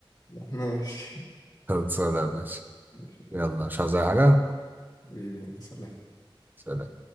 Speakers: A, on the left; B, on the right.
A: <laughs> ماشي
B: خلصانة يا باشا
A: ماشي
B: يلا مش عايز أي حاجة
A: حبيبي، يلا سلام
B: سلام